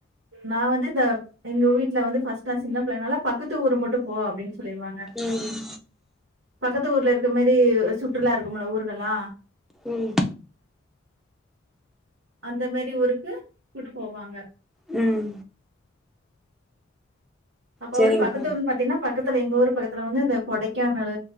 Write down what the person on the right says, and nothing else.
நா வந்து இந்த எங்க வீட்ல வந்து ஃபஸ்ட் நா சின்ன பிள்ளைனால பக்கத்து ஊர் மட்டும் போக அப்படின்னு சொல்லிருவாங்க
பக்கத்து ஊர்ல இருக்க மாரி சுற்றுலா இருக்கும்ல ஊர்கல்லா
அந்த மாரி ஊருக்கு கூட்டு போவாங்க
அப்ப
வந்து பக்கத்ததூர் பாத்தீங்கன்னா பக்கத்துல எங்க ஊரு பக்கத்துல வந்து இந்த கொடைக்கானல்